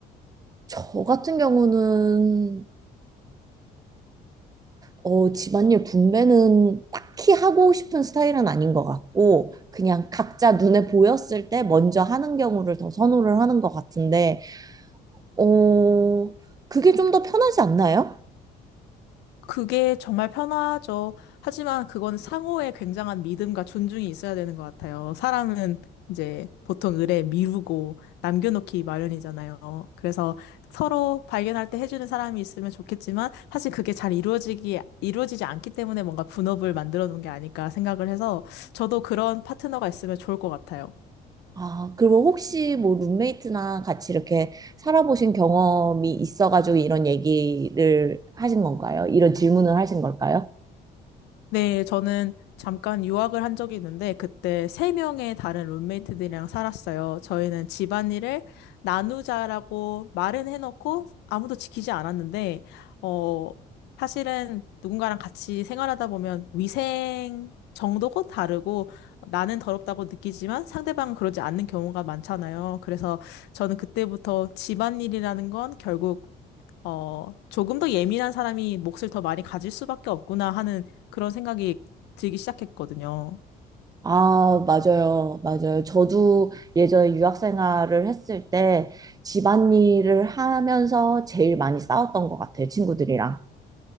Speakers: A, on the right; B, on the left.
A: 저 같은 경우는 어, 집안일 분배는 딱히 하고 싶은 스타일은 아닌 것 같고, 그냥 각자 눈에 보였을 때 먼저 하는 경우를 더 선호를 하는 것 같은데, 어, 그게 좀 더 편하지 않나요?
B: 그게 정말 편하죠. 하지만 그건 상호의 굉장한 믿음과 존중이 있어야 되는 것 같아요. 사람은 이제 보통 의뢰 미루고 남겨놓기 마련이잖아요. 그래서 서로 발견할 때 해주는 사람이 있으면 좋겠지만 사실 그게 잘 이루어지기, 이루어지지 않기 때문에 뭔가 분업을 만들어 놓은 게 아닐까 생각을 해서 저도 그런 파트너가 있으면 좋을 것 같아요.
A: 아, 그리고 혹시 뭐 룸메이트나 같이 이렇게 살아보신 경험이 있어가지고 이런 얘기를 하신 건가요? 이런 질문을 하신 걸까요?
B: 네, 저는 잠깐 유학을 한 적이 있는데, 그때 세 명의 다른 룸메이트들이랑 살았어요. 저희는 집안일을 나누자라고 말은 해놓고 아무도 지키지 않았는데, 어, 사실은 누군가랑 같이 생활하다 보면 위생 정도고 다르고, 나는 더럽다고 느끼지만 상대방은 그러지 않는 경우가 많잖아요. 그래서 저는 그때부터 집안일이라는 건 결국 어, 조금 더 예민한 사람이 몫을 더 많이 가질 수밖에 없구나 하는 그런 생각이 들기 시작했거든요.
A: 아, 맞아요. 맞아요. 저도 예전에 유학 생활을 했을 때 집안일을 하면서 제일 많이 싸웠던 것 같아요, 친구들이랑.